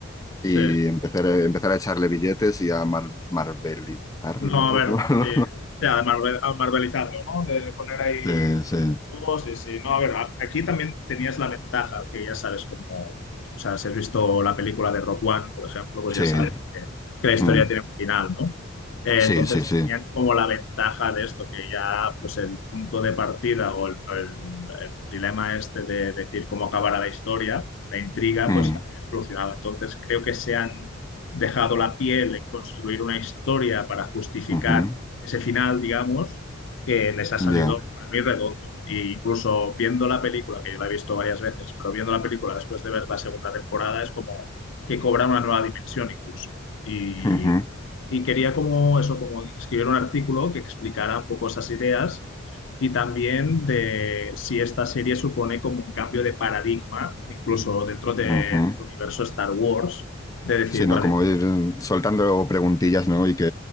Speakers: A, on the left; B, on the left.
A: y
B: sí,
A: empezar a, empezar a echarle billetes y a mar- marvelizarlo.
B: No, a ver,
A: <laughs>
B: sí, o sea, de marvel- a marvelizarlo, ¿no? De poner ahí...
A: Sí, sí,
B: todos sí, sí, no, a ver, a- aquí también tenías la ventaja que ya sabes cómo, o sea, si has visto la película de Rock One, por ejemplo, pues
A: sí,
B: ya sabes que, que
A: ujú.
B: la historia tiene un final, ¿no? Eh,
A: sí,
B: entonces
A: sí, sí,
B: tenían como la ventaja de esto, que ya pues el punto de partida o el, o el- el dilema este de decir cómo acabará la historia, la intriga,
A: ujú,
B: pues la tienes solucionada. Entonces creo que se han dejado la piel en construir una historia para justificar
A: ujú,
B: ese final, digamos, que les ha salido
A: ya,
B: para mí redondo. E incluso viendo la película, que yo la he visto varias veces, pero viendo la película después de ver la segunda temporada es como que cobra una nueva dimensión incluso. Y,
A: ujú,
B: y quería como eso, como escribir un artículo que explicara un poco esas ideas y también de si esta serie supone como un cambio de paradigma, incluso dentro de-
A: ujú.
B: del universo Star Wars, de decir,
A: Sí, no,
B: vale,
A: como
B: se
A: ir soltando preguntillas, ¿no? Y que,